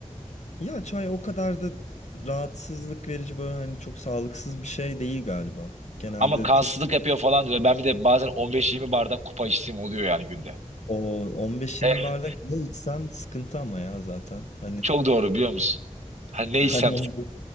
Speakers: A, on the left; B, on the right.
A: Ya çay o kadar da rahatsızlık verici böyle hani çok sağlıksız bir şey değil galiba. Genelde
B: Ama kansızlık
A: çok
B: yapıyor falan diyor. Ben bir de bazen 15-20 bardak kupa içtiğim oluyor yani günde.
A: o 15-20
B: Evet,
A: bardak ne içsen sıkıntı ama ya zaten. Hani
B: çok doğru biliyor musun? Hani
A: <laughs>
B: ne içsem
A: hani o-